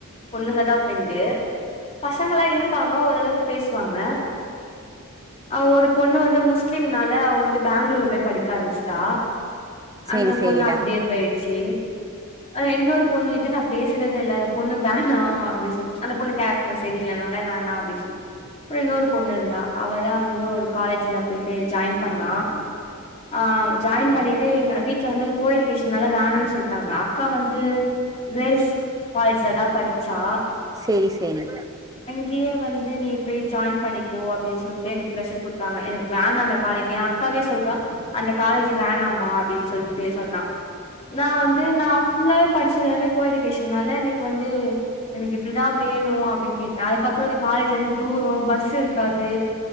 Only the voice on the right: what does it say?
சேரி
சேரிடா
செரி செரி